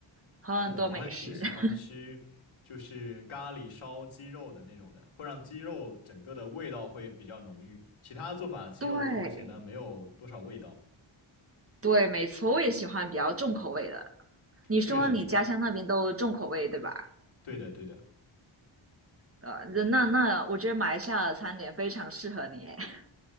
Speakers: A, on the right; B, on the left.
A: 很多美食。
B: 是的，我还挺喜欢吃就是咖喱烧鸡肉的那种的，
A: <laughs>
B: 会让鸡肉整个的味道会比较浓郁，其他做法鸡肉就会显得没有多少味道。
A: 对对，没错，我也喜欢比较重口味的。你说你家乡那边都重口味，
B: 对的，我
A: 对吧？
B: 对的，对的。
A: 呃，那那我觉得马来西亚的餐点非常适合你诶。<laughs>